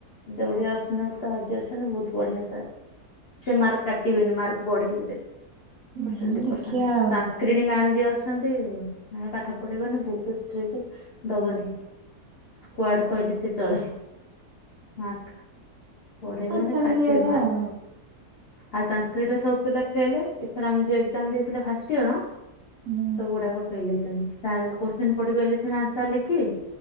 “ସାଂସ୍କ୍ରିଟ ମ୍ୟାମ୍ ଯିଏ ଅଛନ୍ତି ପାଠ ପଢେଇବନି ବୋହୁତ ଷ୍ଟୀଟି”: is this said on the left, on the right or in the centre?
Left